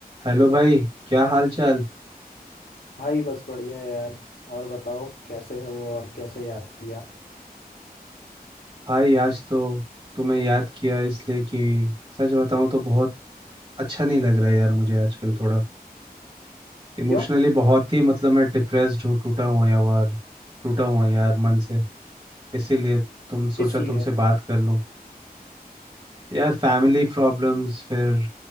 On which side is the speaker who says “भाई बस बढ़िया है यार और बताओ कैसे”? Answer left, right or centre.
Left